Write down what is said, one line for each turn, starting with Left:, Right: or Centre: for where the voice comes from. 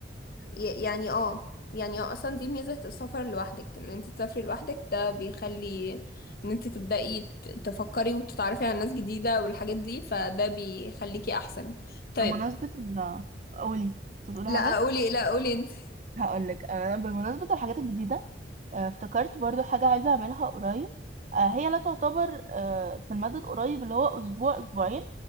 Left: ي- يعني اه يعني اه اصلا دي ميزه السفر لوحدك ان انت تسافري لوحدك ده بيخلي ان انت تبداي ت- تفكري وتتعرفي على ناس جديده والحاجات دي فده بيخليكي احسن طيب
Right: بمناسبه ال قولي كنت هتقولي
Left: لا
Right: حاجه
Left: قولي لا قولي انت
Right: هقول لك انا بمناسبه الحاجات الجديده آه، افتكرت برضو حاجة عايزة أعملها قريب آه، هي لا تعتبر آه، في المدى القريب اللي هو أسبوع أسبوعين